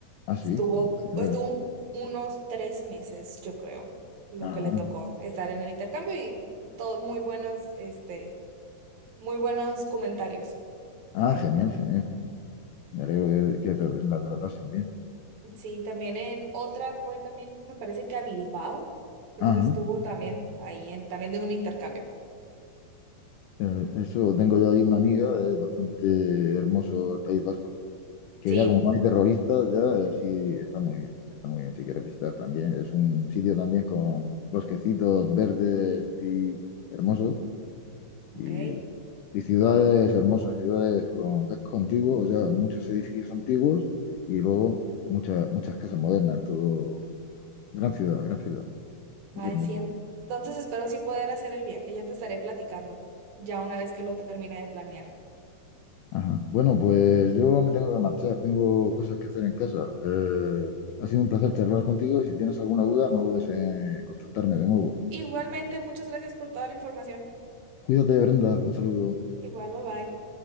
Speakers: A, on the left; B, on the right.
A: Ah, sí.
B: Estuvo,
A: Vaya, vaya.
B: estuvo un- unos tres meses, yo creo, lo
A: Ajá.
B: que le tocó estar en el intercambio y todo muy buenos, este, muy buenos comentarios.
A: Ah, genial, genial, genial. Me alegro que, que te- la tratasen bien.
B: Sí, también en otra fue también, me parece que a Bilbao, creo
A: Ajá.
B: que estuvo también ahí, en- también de un intercambio.
A: Eh, Eso, tengo yo ahí una amiga, es bastante hermoso el País Vasco, que
B: Sí,
A: ya como no hay terroristas, ya eh, sí está muy bien, está muy bien si quieres visitar también. Es un sitio también con bosquecitos verdes así hermosos
B: ok.
A: y, y ciudades hermosas, ciudades con casco antiguo, o sea, muchos edificios antiguos y luego muchas, muchas casas modernas, todo, gran ciudad, gran ciudad, es
B: Ay,
A: hermoso.
B: sí. en- Entonces espero sí poder hacer el viaje. Ya te estaré platicando, ya una vez que lo termine de planear.
A: Ajá. Bueno, pues yo me tengo que marchar, tengo cosas que hacer en casa. Eh, ha sido un placer charlar contigo y si tienes alguna duda, no dudes en contactarme de nuevo.
B: Igualmente, muchas gracias por toda la información.
A: Cuídate, Brenda, un saludo.
B: Igual, bye bye.